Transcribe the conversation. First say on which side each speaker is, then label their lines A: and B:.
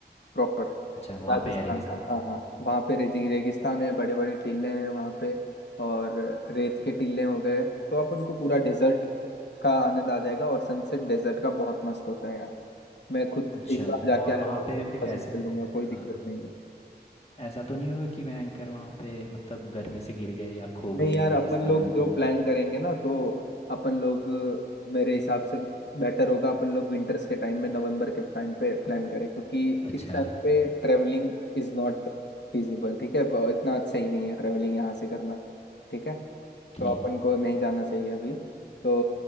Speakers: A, on the left (about 80°); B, on the left (about 35°).
A: प्रॉपर
B: अच्छा वहाँ
A: राजस्थान
B: पे है रेगिस्तान
A: का हाँ हाँ वहाँ पे रेगी रेगिस्तान है बड़े बड़े टीले हैं वहाँ पे और रेत के टीले हो गए तो आप उनको पूरा डेजर्ट का आनंद आ जाएगा और सनसेट डेजर्ट का बहुत मस्त होता है यार मैं खुद
B: अच्छा
A: एक बार जाके
B: और
A: आया
B: वहाँ
A: हूँ तो
B: पे
A: वापस
B: फिर ऐसा
A: भी चलूंगा कोई दिक्कत
B: हाँ
A: नहीं है
B: ऐसा तो नहीं होगा कि भयंकर वहाँ पे मतलब गर्मी से गिर गए या खो
A: नहीं
B: गए
A: यार
B: रेगिस्तान
A: अपन लोग
B: में कहीं
A: जो प्लान करेंगे ना तो अपन लोग मेरे हिसाब से बेटर होगा अपन लोग विंटर्स के टाइम में नवंबर के टाइम पे प्लान करें क्योंकि
B: अच्छा
A: इस टाइम पे ट्रेवलिंग इज नॉट फिजिबल ठीक है वो इतना अच्छा ही नहीं है ट्रेवलिंग यहाँ से करना ठीक है
B: ठीक
A: तो अपन को नहीं जाना चाहिए अभी तो